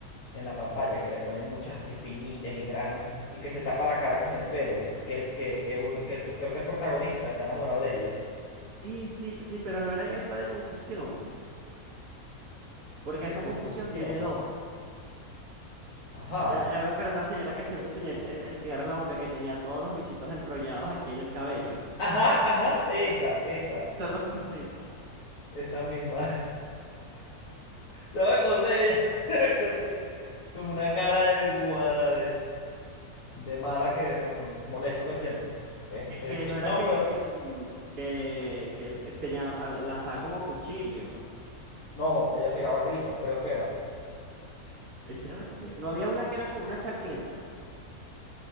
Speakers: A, on the left; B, on the right.
A: en la pantalla, que le ponen muchas así espinillas y granos y que se tapa la cara con el pelo, que, el, que, que, un- que el- creo que el protagonista está enamorado de ella,
B: Sí, sí, sí, pero no era en esta de confusión, porque
A: de
B: esa
A: confusión.
B: confusión tiene dos.
A: Ajá,
B: Ya, ya me acordé de la señora que siempre tenía el, ci- el- el cigarro en la boca, que tenía todos los bichitos enrollados aquí en el cabello,
A: ajá, ajá, esa, esa,
B: <laughs> todos los cositos.
A: esa misma. <laughs> Ya me acordé, ya <laughs> me acordé, con una cara de guara De mala que no, molesta todo el tiempo. Este,
B: Que, que
A: sí,
B: no era
A: no,
B: que,
A: pero
B: que, mm, que, que él eh, tenía, a la- lanzaba como cuchillo.
A: no, ella pegaba gritos, creo que era.
B: Esa era la que... fe- No había una que era con una chancleta.